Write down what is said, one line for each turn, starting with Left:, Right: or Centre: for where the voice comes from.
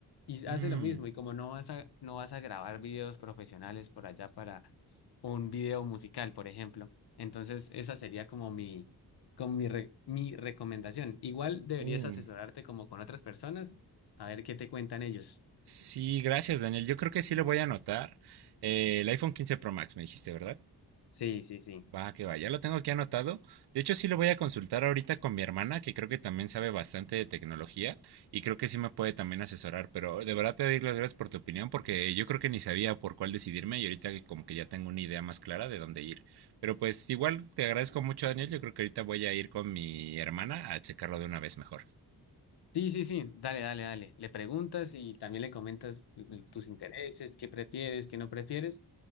Left: y hace
Right: Mm,
Left: lo mismo. Y como no vas a, no vas a grabar videos profesionales por allá para un video musical, por ejemplo. Entonces, esa sería como mi, como mi, re- mi recomendación. Igual deberías
Right: mm.
Left: asesorarte como con otras personas a ver qué te cuentan ellos.
Right: Sí, gracias Daniel. Yo creo que sí lo voy a anotar. Eh, el iPhone 15 Pro Max me dijiste, ¿verdad?
Left: Sí, sí, sí.
Right: Va, que va, ya lo tengo aquí anotado. De hecho, sí lo voy a consultar ahorita con mi hermana, que creo que también sabe bastante de tecnología y creo que sí me puede también asesorar. Pero de verdad te doy las gracias por tu opinión, porque yo creo que ni sabía por cuál decidirme y ahorita que como que ya tengo una idea más clara de dónde ir. Pero pues igual te agradezco mucho, Daniel. Yo creo que ahorita voy a ir con mi hermana a checarlo de una vez mejor.
Left: Sí, sí, sí, dale, dale, dale. Le preguntas y también le comentas l- tus intereses, qué prefieres, qué no prefieres